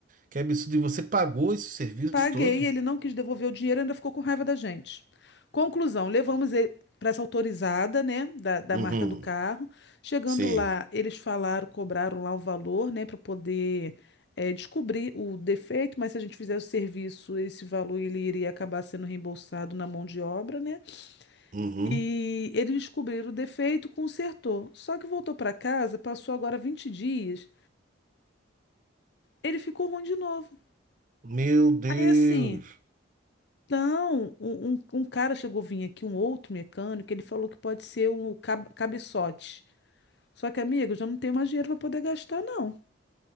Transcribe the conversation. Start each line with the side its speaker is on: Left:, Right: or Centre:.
Right: que absurdo. E você pagou esse serviço
Left: Paguei,
Right: todo?
Left: ele não quis devolver o dinheiro, ainda ficou com raiva da gente. Conclusão, levamos ele para essa autorizada, né, da, da
Right: Uhum.
Left: marca do carro. Chegando
Right: Sei.
Left: lá, eles falaram, cobraram lá o valor, né, para poder eh, descobrir o defeito, mas se a gente fizer o serviço, esse valor ele iria acabar sendo reembolsado na mão de obra, né?
Right: Uhum.
Left: E eles descobriram o defeito, consertou. Só que voltou para casa, passou agora 20 dias, ele ficou ruim de novo.
Right: Meu Deus.
Left: Aí assim, Então, um, um- um cara chegou a vir aqui, um outro mecânico, ele falou que pode ser o cab cabeçote. Só que, amigo, eu já não tenho mais dinheiro para poder gastar, não.